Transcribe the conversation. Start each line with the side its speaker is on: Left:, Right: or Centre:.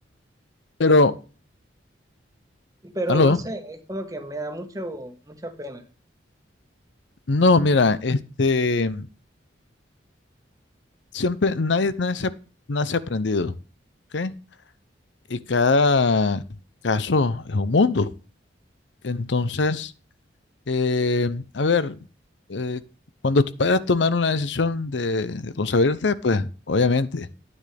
Left: pero,
Right: pero
Left: aló,
Right: no sé, es como que me da mucho, mucha pena.
Left: no, mira, este, siempre, nadie nace, nace aprendido, ¿ok? Y cada caso es un mundo. Entonces, Eh, a ver, eh, cuando tus padres tomaron la decisión de, de concebirte, pues obviamente,